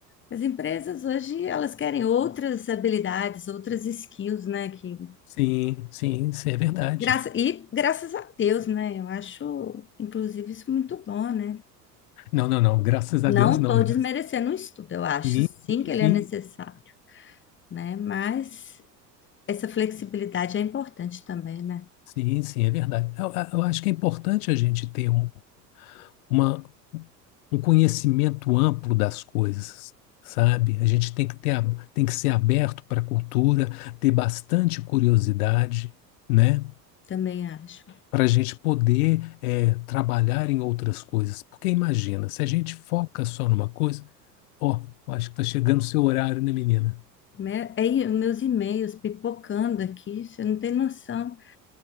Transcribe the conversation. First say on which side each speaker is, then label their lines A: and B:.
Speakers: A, on the left; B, on the left.
A: as empresas hoje elas querem outras habilidades, outras skills, né? Que,
B: Sim, sim, sim, é verdade.
A: graça, e graças a Deus, né? Eu acho, inclusive, isso muito bom, né?
B: Não, não, não. Graças
A: Não
B: a Deus, não.
A: estou
B: Graças...
A: desmerecendo o estudo, eu acho
B: Sim,
A: sim
B: sim,
A: que ele
B: sim.
A: é necessário, né? Mas essa flexibilidade é importante também, né?
B: Sim, sim, é verdade. Eu, eu acho que é importante a gente ter um uma, um conhecimento amplo das coisas, sabe? A gente tem que ter, a- tem que ser aberto para a cultura, ter bastante curiosidade, né?
A: Também acho.
B: Para a gente poder eh, trabalhar em outras coisas. Porque imagina, se a gente foca só numa coisa, ó, acho que está chegando o seu horário, né, menina?
A: Me- É, e- meus e-mails pipocando aqui, você não tem noção.